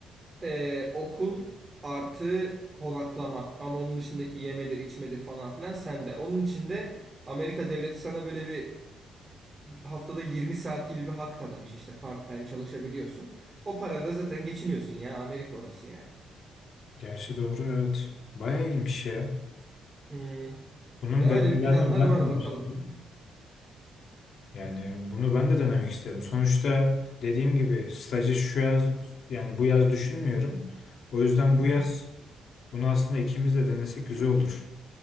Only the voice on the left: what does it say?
Gerçi doğru evet. Bayağı iyiymiş ya.
Bunun
detaylarını
ben
de araştırayım. Yani bunu ben de denemek isterim. Sonuçta dediğim gibi stajı şu yaz yani bu yaz düşünmüyorum. O yüzden
bu yaz bunu aslında ikimiz de denesek güzel olur.